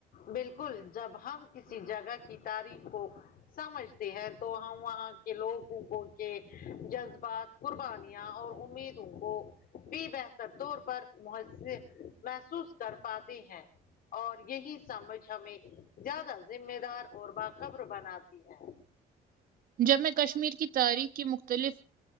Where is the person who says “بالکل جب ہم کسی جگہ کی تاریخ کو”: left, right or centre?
Left